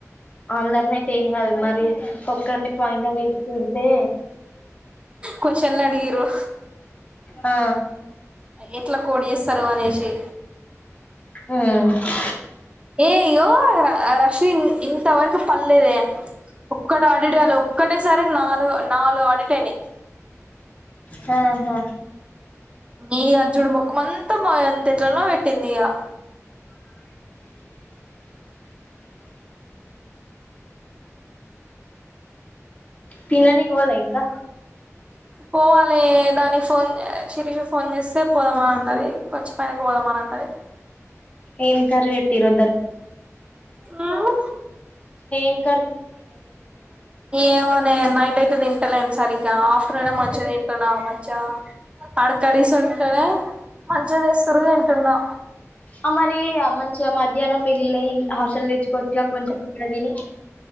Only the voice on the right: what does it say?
క్వశన్లలు అడిగిరు
ఎట్లా కోడి చేస్తారు అనేసి
ఏల్లో చీ ఇంత వరకు పల్లేదే ఒక్క ఆడిట్ వల్లు ఒక్కటే సరే నాలుగు నాలుగు ఆడిట్ పని
నీ అర్జునుడి ముఖంమంతా మాయం <unintelligible> తట్న పెట్టింది ఇక
పోవాలి దాని ఫోన్ స్పీడ్ గొస్త్ ఫోన్ చేస్తే పోదామ్ ఉన్నది కొంసేపుకి పోదామని ఉన్నది
నువ్వు
ఏమోనే నైట్ అయితే తింటలేను సరిగ్గా ఆఫ్టర్నూనే మంచిగా తింటున్నా మంచ ఆడ కరీస్ ఉంటేనే మంచిగా చేస్తురు తింటున్నా